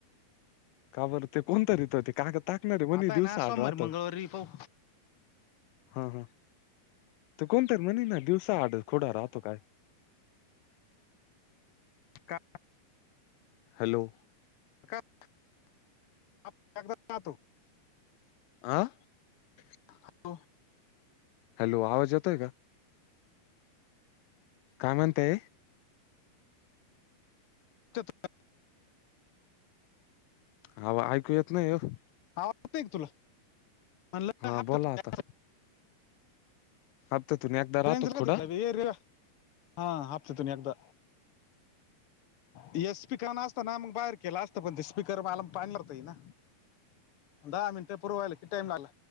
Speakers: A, on the left (about 85°); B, on the left (about 70°).
A: का बर ते कोणतरीेत ते का कागद टाकणारे म्हणे
B: आता आहे
A: दिवसा
B: ना सोमवारी
A: आड राहत.
B: मंगळवारी पाहू
A: हा हा ते कोणतरी म्हणे ना दिवसा आड खुडा राहतो काय.
B: का
A: हॅलो.
B: कादाम ना तो <inaudible>
A: आं.
B: होा <inaudible>
A: हॅलो आवाज येतोय का? काय म्हणतेय?
B: चतु <inaudible>
A: हव ऐकू येत नाही हो.
B: आवाज येतोय का तुला म्हणलं
A: हा
B: हप्त्यातून
A: बोला आता
B: एक
A: हप्त्यातून एकदा. राहतो
B: शनिवारी
A: खुडा
B: येतात का रविवारी ये हा हप्त्यातून एकदा.
A: ह <inaudible>
B: ये स्पीकर ना असतं ना मग बाहेर केला असतं पण ते स्पीकर म आला पाणी नेत्यांना. दहा मिनटे पुर्वाहिला किती टाईम झाला.